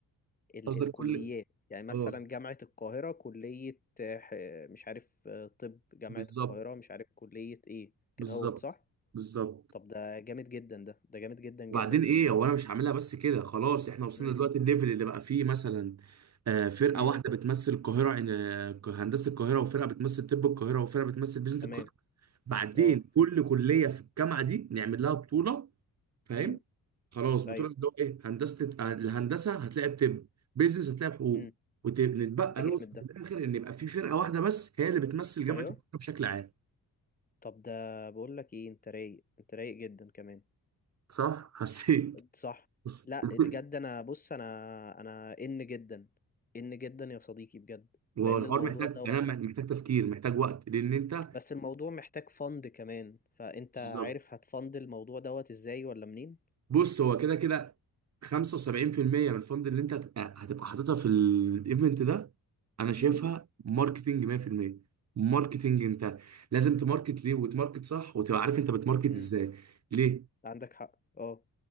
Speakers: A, on the left; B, on the right.
A: ال-
B: قصدك
A: الكليات
B: كل
A: يعني مثلا
B: اه
A: جامعة القاهرة كلية آه، ح- مش عارف آه، طب جامعة
B: بالظبط
A: القاهرة مش عارف كلية ايه كده
B: بالظبط
A: هوت صح
B: بالظبط
A: طب ده جامد جدا ده ده جامد جدا جدا
B: وبعدين
A: كمان
B: ايه هو انا مش هعملها بس كده خلاص احنا وصلنا
A: امم
B: دلوقتي الليفل اللي بقى فيه مثلا آه، فرقه
A: امم
B: واحده بتمثل القاهره آه، هندسه القاهره وفرقه بتمثل طب القاهره وفرقه بتمثل بيزنس
A: تمام
B: القاهره بعدين
A: اه
B: كل كليه في الجامعه دي نعمل لها بطوله فاهم
A: امم
B: خلاص بتقول
A: ايوه
B: اللي هو ايه هندسه الهندسه هتلاقي بطب بيزنس هتلاقي بحقوق
A: امم
B: ونتبقى
A: ده
B: نوصل
A: جامد ده
B: في الاخر ان يبقى في فرقه واحده بس هي اللي بتمثل جامعه
A: ايوه
B: القاهره بشكل عام
A: طب ده بقول لك ايه انت رايق انت رايق جدا كمان
B: صح حسيت
A: صح
B: بس
A: لا
B: <laughs>
A: بجد انا بص انا انا ان جدا ان جدا يا صديقي بجد
B: هو
A: لان
B: الحوار
A: الموضوع
B: محتاج
A: دوت
B: انا محتاج تفكير محتاج وقت لان انت
A: بس الموضوع محتاج فند كمان فانت
B: بالظبط
A: عارف هتفند الموضوع دوت ازاي ولا منين
B: بص هو كده كده 75% من الفند اللي انت هت- هتبقى حاططها في الايفنت ده انا شايفها
A: امم
B: ماركتنج 100% ماركتنج انت لازم تماركت ليه وتماركت صح وتبقى عارف انت بتماركت ازاي
A: امم
B: ليه
A: عندك حق اه